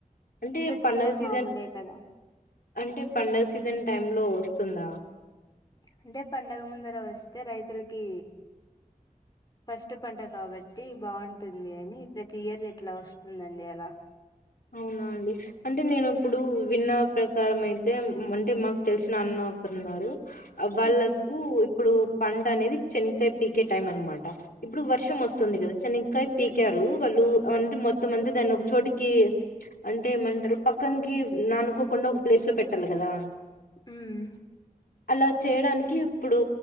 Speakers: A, on the left; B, on the left.
A: అంటే
B: తీయరు
A: పండగ సీజన్
B: మామూలే కదా
A: అంటే పండగ సీజన్ టైమ్ లో వస్తుందా
B: అంటే పండగ ముందర వస్తే రైతులకి ఫస్ట్ పంట కాబట్టి బావుంటుంది అని ప్రతి ఇయర్ ఇట్లా వస్తుందండి అలా
A: అవునా అండి అంటే నేను ఇప్పుడు విన్న ప్రకారం అయితే అంటే మాకు తెలిసిన అన్న ఒకరున్నారు అ వాళ్ళకూ
B: మ్మ్
A: ఇప్పుడు పంట అనేది చెనిక్కాయ్ పీకే టైం అనమాట ఇప్పుడు వర్షం వస్తుంది గదా చనిక్కాయ్ పీకారు వాళ్ళు అంటే మొత్తం అంత దాన్ని ఒక చోటుకీ అంటే ఏమంటరు పక్కనికి నాన్ ఒ కొన్న గ్ ప్లేస్ లో పెట్టాలి కదా
B: మ్మ్
A: అలా చేయడానికి ఇప్పుడూ